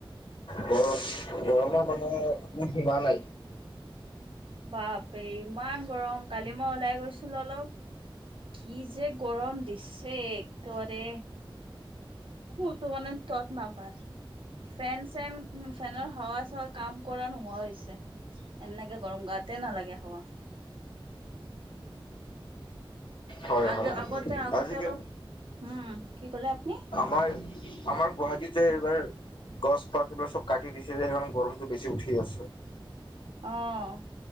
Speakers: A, on the left; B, on the right.
A: গৰম গৰমৰ মানে সীমা নাই।
B: বাপৰে ইমান গৰম, কালি মই ওলাই গৈছিলো অলপ। কি যে গৰম দিছে একেবাৰে। কতো মানে ত নাপায়। ফেন চেন ফেনৰ হাৱা চাৱা কাম কৰা নোহোৱা হৈছে। এনেকে গৰম গাতে নালাগে হাওৱা।
A: হয়
B: আগে
A: হয়
B: আগতে আগতে
A: আজিকালি
B: অলপ হুম কি কলে আপুনি
A: হয় আমাৰ গুৱাহাটীত যে এইবাৰ গছ পাত এইবাৰ চব কাটি দিছে যে সেইকাৰণে গৰমটো বেছি উঠি গৈছে
B: অ